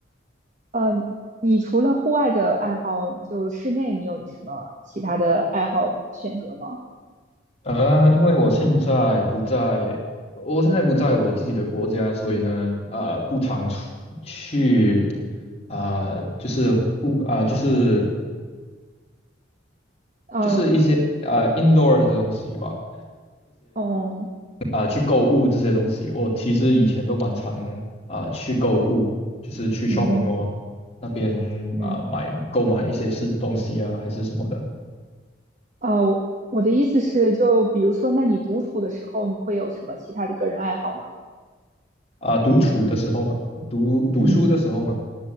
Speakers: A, on the right; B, on the left.
A: 嗯、你除了户外的爱好，就室内你有什么其他的爱好选择吗？
B: 呃，因为我现在不在，我现在不在我自己的国家，所以呢，呃，不常出去，啊、就是户，啊、就是
A: 嗯。
B: 就是一呃 indoor 的东西吧，
A: 哦，
B: 啊、去购物这些东西，我其实以前都蛮常啊、呃去购物，就是去
A: 嗯
B: shopping mall 那边啊、
A: 嗯，
B: 买购买一些是东西啊，还是什么的
A: 呃，我的意思是，就比如说，那你独处的时候，你会有什么其他的个人爱好吗？
B: 啊、独处的时候嘛，读读书的时候嘛，
A: 嗯，